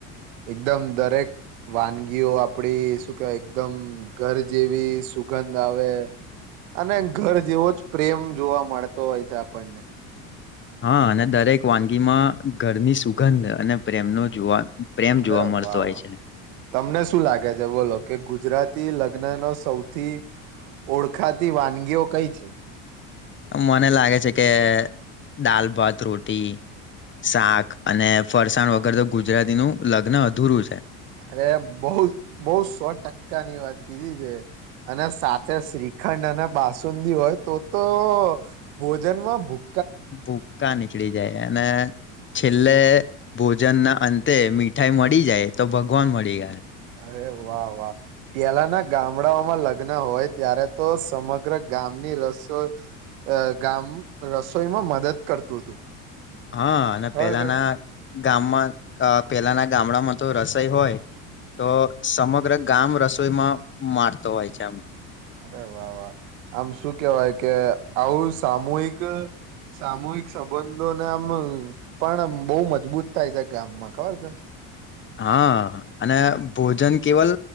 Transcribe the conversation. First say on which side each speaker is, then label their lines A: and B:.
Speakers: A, on the right (about 80°); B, on the left (about 30°).
A: એકદમ દરેક વાનગીઓ આપડી શું કેવાય એકદમ ઘર જેવી સુગંધ આવે અને ઘર જેવો જ પ્રેમ જોવા મળતો હોય છે, આપણને
B: હા અને દરેક વાનગીમાં ઘરની સુગંધ અને પ્રેમનો જોવા. પ્રેમ
A: અરે
B: જોવા મળતો
A: વાહ
B: હોય
A: વાહ
B: છે
A: તમને શું લાગે છે. બોલો કે ગુજરાતી લગ્ન ન સૌથી ઓળખાતી વાનગીઓ કઈ છે.
B: મને લાગે છે કે દાલ, ભાત, રોટી, શાક અને ફરસાણ વગર તો ગુજરાતી નું લગ્ન અધૂરું છે.
A: અરે બહુ બહુ સો ટકા ની વાત કીધી છે અને સાથે શ્રીખંડ અને બાસુંદી હોય તો તો ભોજનમાં ભૂ
B: ભૂકા નીકળી જાય અને છેલ્લે ભોજન ના અંતે મીઠાઈ મળી જાય તો ભગવાન મળી જાય.
A: અરે વાહ વાહ પ્યાલા ના ગામડાઓમાં લગ્ન હોય, ત્યારે તો સમગ્ર ગામની રસોઈ ગામ રસોઈમાં મદદ કરતું હતું.
B: હા અને
A: ખબર
B: પેલાના
A: છે
B: ગામમાં પેલાના ગામડામાં જો રસોઈ હોય, તો સમગ્ર ગામ રસોઈમાં મારતો હોય છે આમ
A: અરે વાહ વાહ આમ શું કેવાય કે આવું સામૂહિક સામૂહિક સંબંધોને આમ પણ બહુ મજબૂત થાય છે, ગામમાં ખબર છે.
B: હા અને ભોજન કેવલ